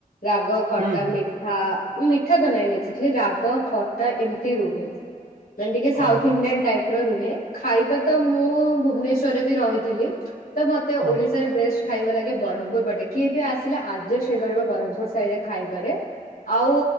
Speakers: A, on the left; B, on the right.
A: ରାଗ ଖଟା
B: ହୁଁ ହୁଁ
A: ମିଠା ମିଠା ତ ନାହିଁ ବେଶି ହେଲେ ରାଗ ଖଟା ଏମିତି ରୁହେ। ମନେ ଟିକେ ସାଉଥ୍
B: ଓହୋ
A: ଇଡିଆନ୍ ଟାଇପିର। ରୁହେ ଖାଇବା ତ ମୁଁ ଭୁବନେଶ୍ଵରରେ ବି ରହିଥିଲି ତ ମତେ
B: ହଁ
A: ଓଡିଶାରେ ବେଷ୍ଟ ଖାଇବା ଲାଗେ ବ୍ରହ୍ମପୁର ପଟେ କିଏବେ ଆସିଲା ଅଜେଷ୍ଟ୍ ହେଇପାରିବ ବ୍ର୍ମପୁର ସାଇଟି ରେ ଖାଇବାରେ। ଆଉ